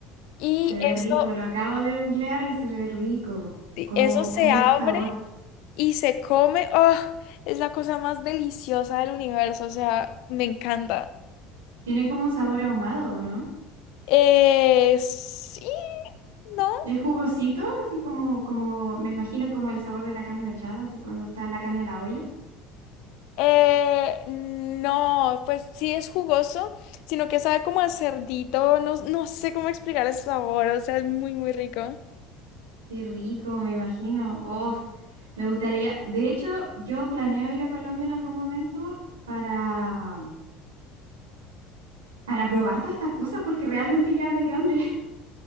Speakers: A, on the left; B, on the right.
A: Y
B: Se ve rico,
A: eso,
B: lo acabo de googlear y se ve rico,
A: eso
B: como mu-
A: se
B: con mucho
A: abre.
B: sabor.
A: y se come, ¡oh! es la cosa más deliciosa del universo, o sea, me encanta.
B: Tiene como un sabor ahumado, ¿no?
A: Eh, sí, ¿no?
B: Es jugosito, así como, como, me imagino como el sabor de la carne mechada, así cuando está la carne a la olla.
A: Eh, no, pues sí es jugoso, sino que sabe como a cerdito, no, no sé cómo explicar el sabor, o sea, es muy, muy rico.
B: Qué rico, me imagino. Oh, me gustaría. De hecho, yo planeo ir a Colombia en algún momento para, para probar todas estas cosas porque realmente ya me dio hambre.